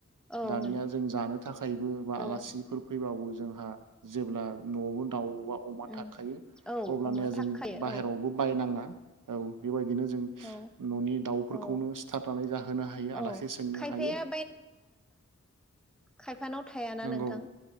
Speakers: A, in the centre; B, on the right.
A: औ मोनो
B: दानिया जों लानो थाखायबो बा
A: औ
B: आलासिफोर फै गोआवबो जोंहा जेब्ला नवावबो दाउ बा अमा
A: उम
B: थाखायो
A: औ
B: अब्लानिया
A: अमा थाखायो
B: जोंनि बाहेरायावबो
A: औ
B: बायनाङा औ बेबायदिनो जों
A: औ
B: ननि दाउफोरखौनो
A: औ
B: सिथारनानै जाहोनो हायो आलासि
A: औ
B: सोंनो
A: खायफाया
B: हायो
A: खाय फानाव थायाना
B: नंगौ
A: नोंथां